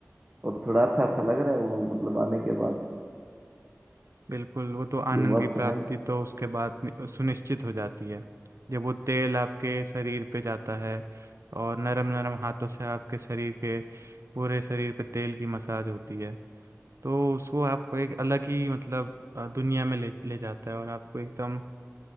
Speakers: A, on the right; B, on the right.
A: और थोड़ा अच्छा अच्छा लग रहा है वो मतलब आने के बाद
B: बिल्कुल वो तो आनंद
A: ये हुआ
B: की प्राप्ति
A: तो है
B: तो उसके बाद नि- सुनिश्चित हो जाती है जब वो तेल आपके शरीर पे जाता है और नरम नरम हाथों से आपके शरीर के पूरे शरीर पे तेल की मसाज होती है तो उसको आपको एक अलग ही मतलब अ, दुनिया में ले ले जाता है और आपको एकदम